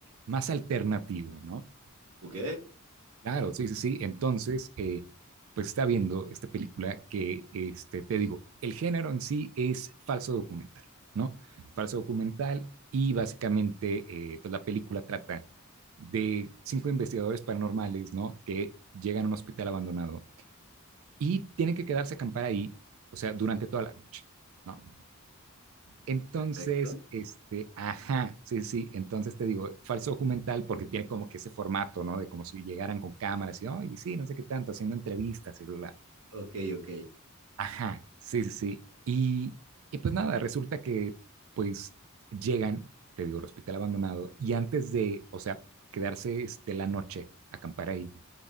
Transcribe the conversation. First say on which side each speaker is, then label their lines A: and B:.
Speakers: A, on the right; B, on the right.
A: más alternativo, ¿no?
B: Ok,
A: Claro, sí, sí, sí. Entonces, eh, pues está viendo esta película que, este, te digo, el género en sí es falso documental, ¿no? Falso documental y básicamente, eh, pues la película trata de cinco investigadores paranormales, ¿no? Que llegan a un hospital abandonado y tienen que quedarse a acampar ahí, o sea, durante toda la noche, ¿no? Entonces,
B: perfecto.
A: este, ajá, sí, sí, entonces te digo, falso documental porque tiene como que ese formato, ¿no? De como si llegaran con cámaras y, oye, sí, no sé qué tanto, haciendo entrevistas y bla, bla.
B: Ok, ok.
A: Ajá, sí, sí, sí. Y, y pues nada, resulta que pues llegan, te digo, al hospital abandonado y antes de, o sea, quedarse este, la noche, acampar ahí,